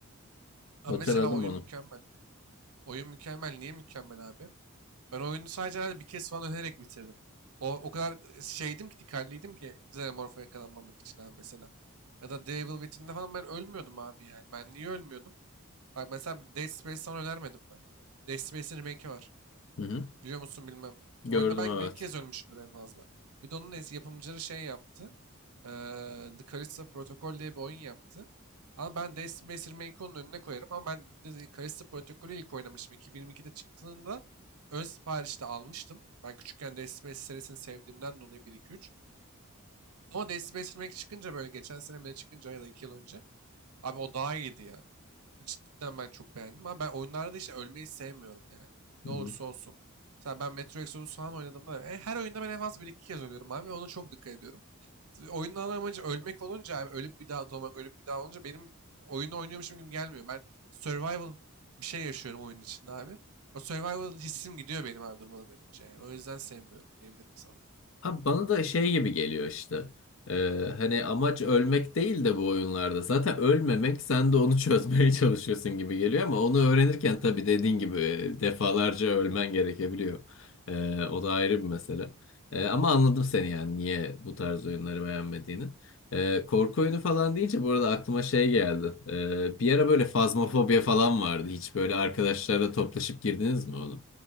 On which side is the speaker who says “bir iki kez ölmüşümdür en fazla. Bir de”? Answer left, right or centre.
Right